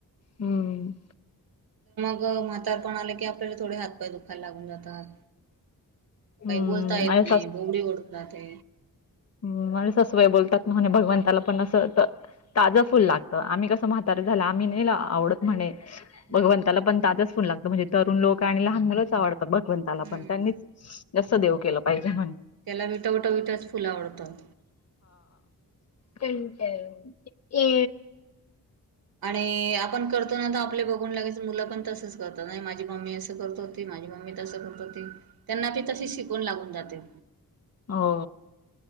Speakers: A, on the left; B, on the right.
A: हम्म
B: म्हातार पण आले की आपल्याला थोडे हात पाय दुखायला लागून जातात म
A: हम्म
B: काही बोलता येत
A: माझ्या
B: नाही बोगडी ओळखला ते
A: म्ह ससवय बोलतात म्हणे भगवंताला पण असं ताजं फुल लागतं आम्ही कसं म्हातारे झालं आम्ही नाही आवडत म्हणे
B: मग
A: भगवंताला पण ताजच फोन लागत म्हणजे तरुण लोक आणि लहान मुलाच आवडत भगवंताला
B: हम्म
A: पण त्यांनी जास्ं देव केलं पाहिजे म्हणे
B: त्याला विटवट विटच फुल आवडतं
A: तेट ये
B: आणि आपण करतो ना तर आपले बघून लगेच मुलं पण तस करत नाही माझी मम्मी असं करत हो माझी मम्मी तस गणपती त्यांना पी तशी शिकून लागून जाते
A: हो